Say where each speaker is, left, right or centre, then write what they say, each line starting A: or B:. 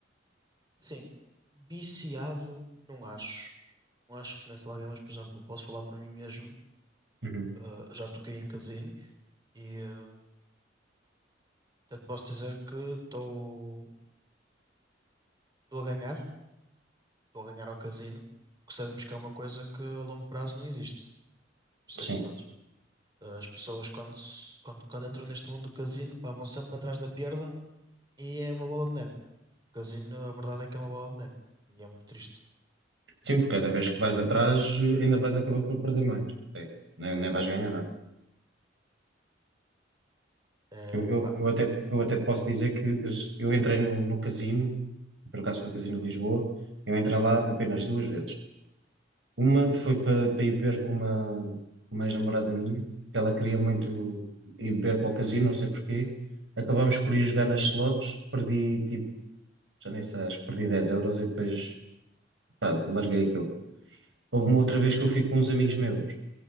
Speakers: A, on the right; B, on the right.
A: Sim. Viciado, não acho. Não acho que conheço alguém, mas, por exemplo, posso falar para mim mesmo.
B: Uhum.
A: Ah, já toquei em casinos e ah, até te posso dizer que estou estou a ganhar. Estou a ganhar ao casino, o que sabemos que é uma coisa que a longo prazo não existe. Por isso
B: Sim.
A: é que, pronto, as pessoas quando, se- quando, quando entram neste mundo do casino, pá, vão sempre atrás da perda e é uma bola de neve. O casino, a verdade é que é uma bola de neve. E é muito triste.
B: Sim, porque cada vez que vais atrás, eh, ainda vais acabar por perder mais. Nem,
A: Exato.
B: nem vais ganhar nada.
A: É,
B: Eu, eu,
A: pá,
B: eu até, eu até te posso dizer que eu, s- eu entrei no, no casino, por acaso foi o Casino de Lisboa, eu entrei lá apenas duas vezes. Uma foi para ir beber com uma, uma ex-namorada minha, que ela queria muito ir beber para o casino, não sei porquê. Acabámos por ir jogar nas slots, perdi tipo, já nem sei, acho que perdi 10 euros e depois pá, larguei aquilo. Houve uma outra vez que eu fui com uns amigos meus,